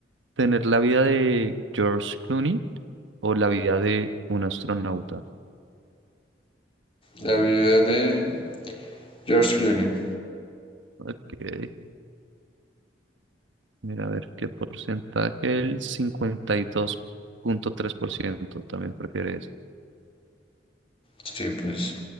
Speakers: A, on the right; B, on the left.
A: ¿Tener la vida de George Clooney o la vida de un astronauta?
B: La vida de George Clooney.
A: Ok, mira, a ver qué porcentaje. El 52.3% también prefiere eso.
B: Sí, pues,